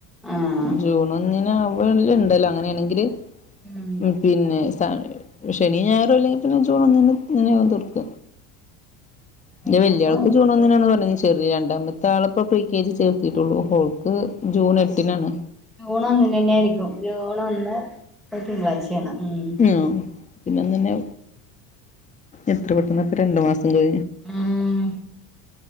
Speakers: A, in the centre; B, on the left.
A: ആഹ്
B: ജൂൺ ഒന്നിനാകും അല്ല ഉണ്ടല്ലോ അങ്ങനെയാണെങ്കില്
A: ഉം
B: ഉ പിന്നെ ശനി ഞായറും അല്ലെങ്കിൽ പിന്നെ ജൂൺ ഒന്നിനാകും തുറക്ക എന്റെ
A: ഈ
B: വെല്യോൾക്ക്
A: മാസം മുപ്പത്
B: ജൂൺ ഒന്നിനാണന്നു പറഞ്ഞീനിം ചെറോ റിയണ്ട താള ഇപ്പ പ്രീ കെ ജി ചേർത്തിട്ടുള്ളൂ ഹോൾക്ക് ജൂൺ എട്ടിനാണ്
A: ജൂൺഒന്നിന്നെ ആയിരിക്കും ജൂൺ ഒന്ന് അന്ന് തിങ്കളാഴ്ചയാണ് ഉം
B: ആഹ പിന്നെ തന്നെ എത്ര പെട്ടെന്നാ അപ്പൊ രണ്ടു മാസം അതെ
A: ഉം